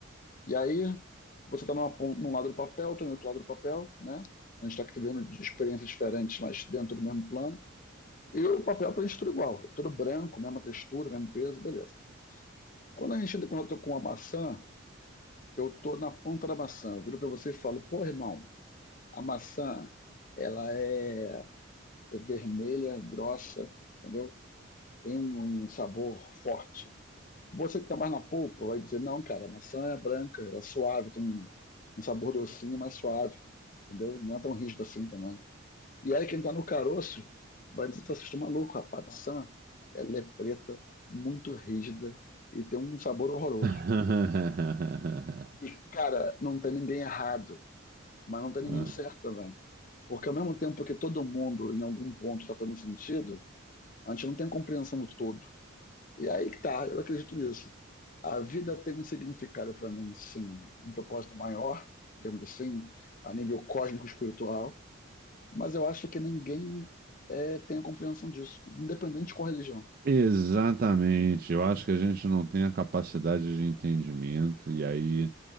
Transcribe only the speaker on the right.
<laughs>
Ah,
Exatamente, eu acho que a gente não tem a capacidade de entendimento e aí